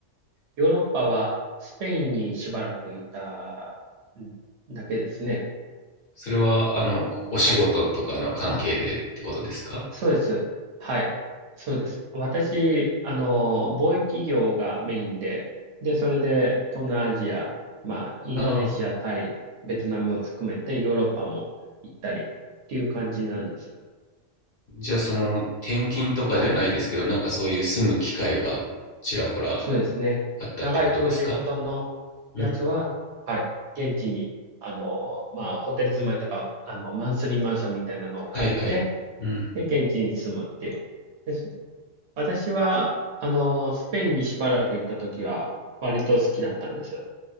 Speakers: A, on the right; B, on the left.
A: ヨーロッパはスペインにしばらくいたんだけですね。
B: それは、あの、お仕事とかの関係でってことですか
A: はい。あ、そうです。はい。そうです。私、あの、貿易業がメインで、で、それで東南アジア、まあ、インドネシア、
B: ああ
A: タイ、ベトナム含めてヨーロッパも行ったりっていう感じなんです。
B: じゃあその転勤とかじゃないですけど、
A: はい。
B: なんかそういう住む機会がちらほら
A: そうですね。
B: あったってことですか
A: 長いプロジェクトのやつは、
B: うん。
A: はい、現地に、あの、まあ、ホテル住まいとか、あの、マンスリーマンションみたいなのを借りて、
B: はいはい。うん。
A: で、現地に住むっていう。です。私は、あの、スペインにしばらく行った時は、割と好きだったんです。